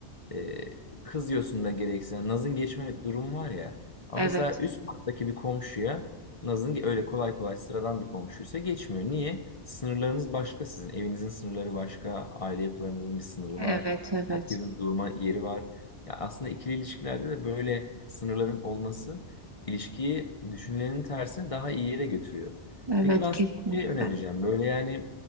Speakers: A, on the left; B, on the right.
A: e, kızıyorsun da gerekirse. Naz'ın geçme durumu var ya. Ama
B: Evet
A: mesela üst kattaki bir komşuya Naz'ın ge- öyle kolay kolay sıradan bir komşuysa geçmiyor. Niye? Sınırlarınız başka sizin. Evinizin sınırları başka. Aile yapılarınızın bir sınırı
B: evet
A: var.
B: evet
A: Herkesin durma yeri var. Ya aslında ikili ilişkilerde de böyle sınırların olması ilişkiyi düşünülenin tersine daha iyi yere götürüyor.
B: evet
A: Peki ben
B: kesinlikle.
A: sana bir şey önereceğim. Böyle yani